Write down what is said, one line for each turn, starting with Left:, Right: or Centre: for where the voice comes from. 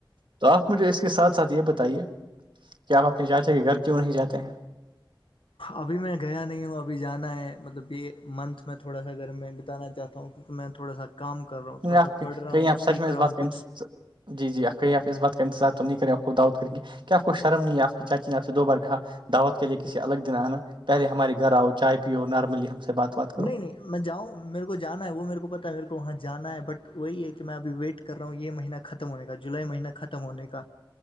Right: تو آپ مجھے اس کے ساتھ ساتھ یہ بتائیے کہ آپ اپنے چاچا کے گھر کیوں نہیں جاتے ہیں
Left: ابھی میں گیا نہیں ہوں ابھی جانا ہے مطلب یہ منتھ میں تھوڑا سا اگر میں بتانا چاہتا ہوں میں تھوڑا سا کام کر رہا ہوں
Right: نہیں،
Left: تھوڑا
Right: آپ
Left: س پڑھ رہا
Right: کہیں
Left: ہوں
Right: آپ سچ
Left: سیکھ
Right: میں اس
Left: رہا
Right: بات
Left: ہوں
Right: کا
Left: کچھ
Right: انتظ- جی جی آیں آپ اس بات کا انتظار تو نہیں کریں آپ خود دعوت کریے کیا آپ کو شرم نہیں آپ کی چاچی نے آپ سے دو بار کہا دعوت کے لیئے کسی الگ دن آنا پہلے ہمارے گھر آؤ چائے پیو نارملی ہم سے بات بات کرو
Left: نہیں نہیں میں جاؤں میرے کو جانا ہے وہ میرے کو پتا ہے میرے کو وہاں جانا ہے بٹ وہی ہے کہ میں ابھی ویٹ کر رہا ہوں یہ مہینہ ختم ہونے کا جولائی مہینہ ختم ہونے کا